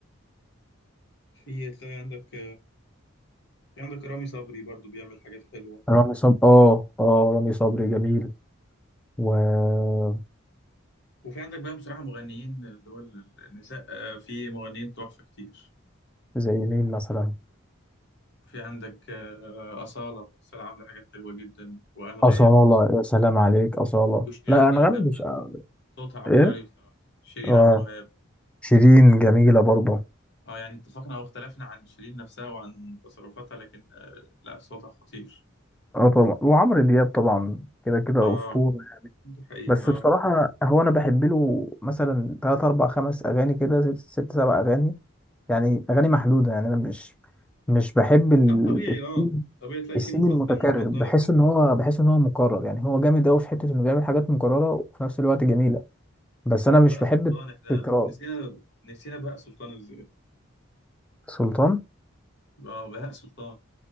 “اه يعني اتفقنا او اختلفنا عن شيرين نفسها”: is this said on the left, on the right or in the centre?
Left